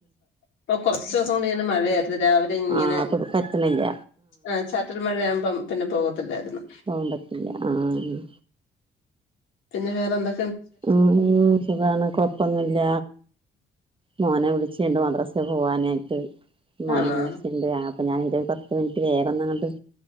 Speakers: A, on the left; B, on the right.
A: ഇപ്പ കൊറച്ച് ദിവസം കൊണ്ട് ഇങ്ങനെ മഴയാ ഇന്ന് രാവിലെ ഇങ്ങനെ
B: ആഹ് അപ്പൊ പറ്റണില്ല
A: ആഹ് ചാറ്റല് മഴയാവുമ്പം പിന്നെ പോകത്ത് ഇല്ലായിരുന്നു
B: പോകത്തില്ല ആഹ് ഉം
A: പിന്നെ വേറെ എന്താ
B: ഉം സുഖാണ് കൊഴപ്പം ഒന്നും ഇല്ല മോനെ വിളിച്ചില്ല മദ്രസേ പോവാനായിട്ട് മോന്
A: ആണോ
B: എനീച്ച് ഇല്ല അപ്പൊ ഞാൻ ഒരു പത്ത് മിനിറ്റ് വേറെ എന്തെങ്കിലും